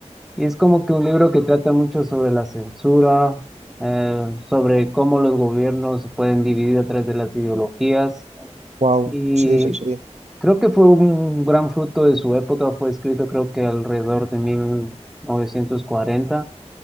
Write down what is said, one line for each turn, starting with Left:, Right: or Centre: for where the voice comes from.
Centre: Y es como que un libro que trata mucho sobre la censura, eh, sobre cómo los gobiernos se pueden dividir a través de las ideologías.
Right: Wow,
Centre: Y
Right: sí, sí, sí.
Centre: Creo que fue un gran fruto de su época, fue escrito creo que alrededor de 1940